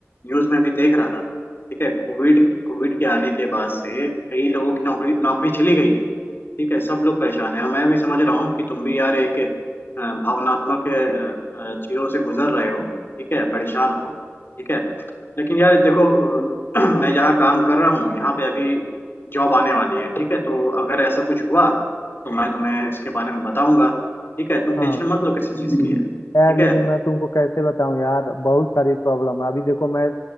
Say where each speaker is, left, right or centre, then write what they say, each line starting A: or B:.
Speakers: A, on the left (about 45°); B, on the left (about 80°).
A: न्यूज़ में भी देख रहा था ठीक है कोविड कोविड के आने के बाद से कई लोगों की नौकरी नौकरी चली गई है ठीक है सब लोग परेशान हैं मैं भी समझ रहा हूँ कि तुम भी यार एक अ, भावनात्मक अ, अ, चीज़ों से गुजर रहे हो ठीक है परेशान हो ठीक है लेकिन यार देखो अ, <clears throat> मैं जहाँ काम कर रहा हूँ यहाँ पे अभी जॉब आने वाली है ठीक है तो अगर ऐसा कुछ हुआ तो मैं तुम्हें इसके बारे में बताऊंगा ठीक है तुम
B: हाँ
A: टेंशन मत लो किसी चीज़ की हम्म। ठीक
B: यार लेकिन
A: है
B: मैं तुमको कैसे बताऊं यार बहुत सारी प्रॉब्लम है अभी देखो मैं